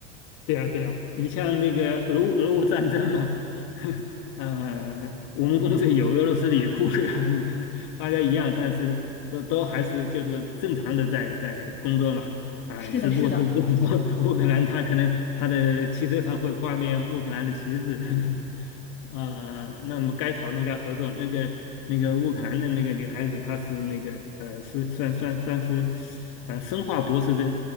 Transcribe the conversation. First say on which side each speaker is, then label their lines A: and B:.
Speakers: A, on the left; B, on the left.
A: 对啊，对啊，你像那个俄乌俄乌战争嘛，<laughs> 呃，我们公司有俄罗斯的，有乌克兰的，大家一样，但是都都还是就是正常的在在工作嘛，啊、
B: 是的，
A: 只不过是就是说
B: 是的，
A: <laughs> 乌克兰他可能他的汽车上会挂面乌克兰的旗帜，<laughs> 呃，那么该讨论该合作，那个那个乌克兰的那个女孩子，她是那个呃，算算算算是呃生化博士的